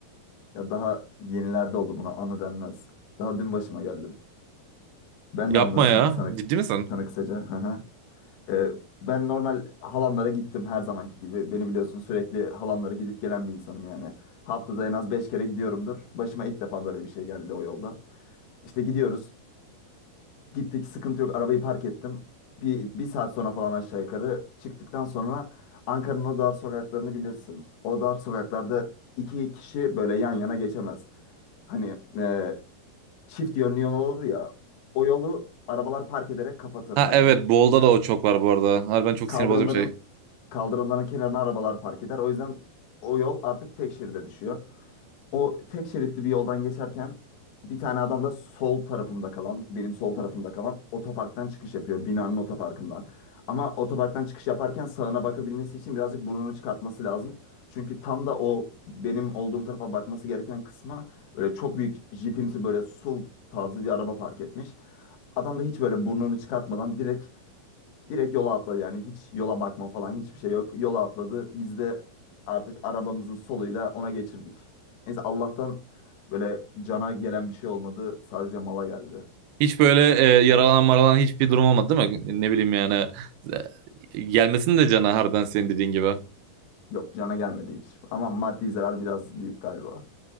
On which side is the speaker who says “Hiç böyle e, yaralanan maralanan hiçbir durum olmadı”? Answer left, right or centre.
Right